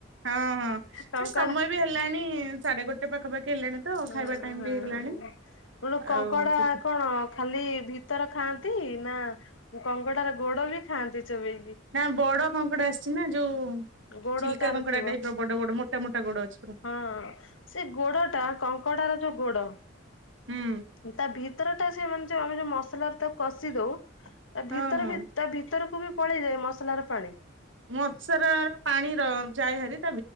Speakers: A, on the right (about 65°); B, on the left (about 75°).
A: ହଁ ହଁ ସେ
B: କଙ୍କଡା
A: ସମୟ ବି ହେଲାଣି ସାଢେ ଗୋଟେ ପାଖାପାଖି ହେଲାଣି। ତ
B: ହୁଁ
A: ଖାଇବା ଟାଇମ
B: ହଁ
A: ବି ହେଇଗଲାଣି
B: ଗଣୁ କଙ୍କଡା
A: ଆଉ ସେଥି
B: କଣ ଖାଲି ଭିତର ଖାଆନ୍ତି ନା କଙ୍ଗଡାର ଗୋଡ ବି ଖାଆନ୍ତି ଚୋବେଇକି?
A: ନା ବଡ କଙ୍କଡା ଆସିଛି ନା ଯୋଉ
B: ଗୋଡ
A: ଚିଲିକା
B: ତାର
A: କଙ୍କଡା
B: ଥିବ
A: ଟାଇପ ର ବଡ ଗୋଡ ମୋଟା ମୋଟା ଗୋଡ ଅଛି। ପୁରା।
B: ହଁ ସେ ଗୋଡ ଟା କଙ୍କଡାର ଯୋଉ ଗୋଡ
A: ହୁଁ।
B: ତା ଭିତର ଟା ସେ ମାନେ ଯୋଉ ଆମେ ଯୋଉ ମସଲା ର ତା କଷି ଦଉ। ତା
A: ହଁ
B: ଭିତର
A: ହଁ
B: ତା ଭିତରକୁ ବି ପଳେଇଯାଏ ମସଲାର ପାଣି।
A: ମଛାର ପାଣି ଯା ହାରି ତା